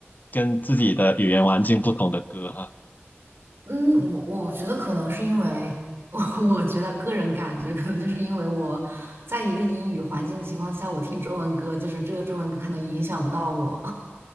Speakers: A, on the left; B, on the right.
A: 跟自己的语言环境不同的歌哈？
B: 嗯，我我觉得可能是因为 <laughs> 我我觉得个人感觉可能就是因为我在一个英语环境情况下，我听中文歌，就是这个中文歌可能影响不到我。